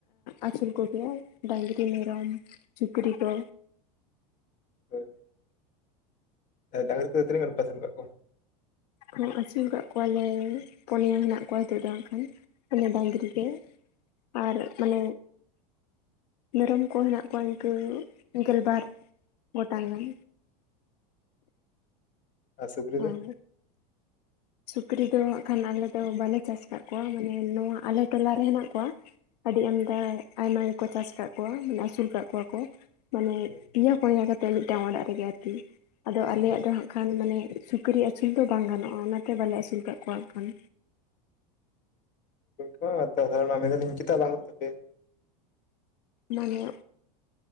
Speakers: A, on the left; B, on the left.
A: ᱟᱹᱥᱩᱞ ᱠᱚᱜᱮᱭᱟ, ᱰᱟᱹᱟᱝᱨᱤ, ᱢᱮᱨᱚᱢ। ᱪᱩᱠᱨᱤ ᱠᱚ,
B: ᱦᱳᱭ᱾ ᱟᱨ ᱰᱟᱹᱝᱨᱤ ᱠᱚᱫᱚ ᱛᱤᱱᱟᱜ ᱜᱟᱱ ᱯᱮ ᱟᱥᱩᱞ ᱠᱟᱜ ᱠᱚᱣᱟ?
A: ᱦᱮᱸ ᱟᱹᱥᱩᱞ ᱟᱠᱟᱫ ᱠᱚᱣᱟᱞᱮ ᱯᱚᱱᱭᱟ ᱦᱮᱱᱟᱜ ᱠᱚᱣᱟ ᱱᱤᱛᱚᱜ ᱫᱚ ᱦᱟᱜ ᱠᱷᱟᱱ। ᱢᱟᱱᱮ ᱰᱟᱝᱨᱤ ᱜᱮ ᱟᱨ ᱢᱟᱱᱮ ᱢᱮᱨᱚᱢ ᱠᱚ ᱦᱮᱱᱟᱜ ᱠᱚᱣᱟ ᱤᱱᱠᱟᱹ ᱜᱮᱞᱵᱟᱨ ᱜᱚᱴᱟᱝ ᱜᱟᱱ।
B: ᱟᱨ ᱥᱩᱠᱨᱤ
A: ᱦᱳᱭ
B: ᱫᱚ?
A: ᱥᱩᱠᱨᱤ ᱫᱚ ᱦᱟᱜ ᱠᱷᱟᱱ ᱟᱞᱮ ᱫᱚ ᱵᱟᱞᱮ ᱪᱟᱥ ᱟᱠᱟᱜ ᱠᱚᱣᱟ, ᱢᱟᱱᱮ ᱱᱚᱣᱟ ᱟᱞᱮ ᱴᱚᱞᱟᱨᱮ ᱦᱮᱱᱟᱜ ᱠᱚᱣᱟ᱾ ᱟᱹᱰᱤ
B: ᱦᱳᱭ
A: ᱟᱢᱫᱟ, ᱟᱭᱢᱟ ᱜᱮᱠᱚ ᱪᱟᱥ ᱟᱠᱟᱫ ᱠᱚᱣᱟ ᱢᱟᱱᱮ ᱟᱹᱥᱩᱞ ᱟᱠᱟᱫ ᱠᱚᱣᱟ ᱠᱚ ᱢᱟᱱᱮ
B: ᱦᱳᱭ
A: ᱤᱭᱟᱹ ᱯᱚᱱᱤᱭᱟᱹ ᱠᱟᱛᱮ ᱢᱤᱫᱴᱟᱝ ᱚᱲᱟᱜ ᱨᱮᱜᱮ ᱟᱨᱠᱤ, ᱟᱫᱚ ᱟᱞᱮᱭᱟᱜ
B: ᱦᱳᱭ
A: ᱫᱚ ᱦᱟᱸᱜ ᱠᱷᱟᱱ ᱢᱟᱱᱮ ᱥᱩᱠᱨᱤ ᱟᱥᱩᱞ ᱫᱚ ᱵᱟᱝ ᱜᱟᱱᱚᱜᱼᱟ ᱚᱱᱟᱛᱮ ᱵᱟᱞᱮ ᱟᱹᱥᱩᱞ ᱠᱟᱷ ᱠᱚᱣᱟ ᱦᱟᱸᱜᱠᱷᱟᱱ।
B: ᱱᱚᱝᱠᱟ ᱛᱟᱦᱚᱞᱮ ᱢᱮᱱᱫᱟᱞᱤᱧ ᱪᱮᱫᱟᱜ ᱵᱟᱝ ᱜᱟᱱᱚᱜ ᱛᱟᱯᱮᱭᱟ?
A: ᱢᱟᱱᱮ